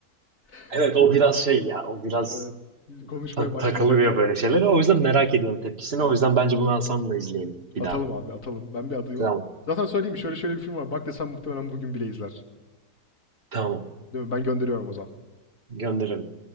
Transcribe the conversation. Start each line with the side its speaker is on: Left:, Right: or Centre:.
Left: <laughs>
Right: Evet o biraz şey ya o biraz
Left: Evet. Konuşmaya
Right: ta-
Left: başlayacak
Right: takılıyor
Left: yani.
Right: böyle şeylere. O yüzden merak ediyorum tepkisini.
Left: Evet.
Right: O yüzden bence bunu Hasan'la izleyelim bir
Left: Atalım
Right: daha.
Left: abi, atalım. Ben bir adayım.
Right: Tamam.
Left: Zaten söyleyeyim mi? Şöyle şöyle bir film var. Bak desem muhtemelen bugün bile izler.
Right: Tamam.
Left: Değil mi? Ben gönderiyorum o zaman.
Right: Gönderelim.